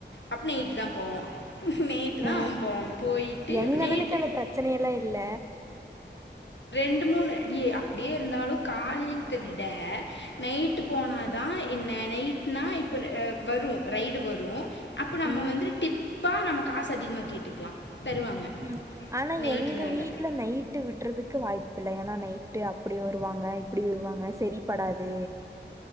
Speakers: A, on the left; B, on the right.
A: அப்ப நைட் தான் போவா நெய்ட்டு
B: அ
A: தா போவா போயிட்டு
B: எங்க
A: நைட்டு
B: அண்ணனுக்கு அந்த பிரச்சனை எல்லா இல்ல
A: ரெண்டு மூணு அப்டியே இருந்தாலு காலையில்த்த விட நைட் போனா தா என்ன நைட் னா இப்ப வரு ரைடு வரும் அப்போ நம்ம
B: ம்
A: வந்துட்டு டிப்பா நம்ம காசு அதிகமாக கேட்டுக்கலா தருவாங்க
B: ம். ஆனா
A: நைட்டுனால.
B: எங்க வீட் ல நைட் நைட்டு விட்றதுக்கு வாய்பில்ல ஏனா நைட்டு அப்டி வருவாங்க இப்டி வருவாங்க சரிப்படாது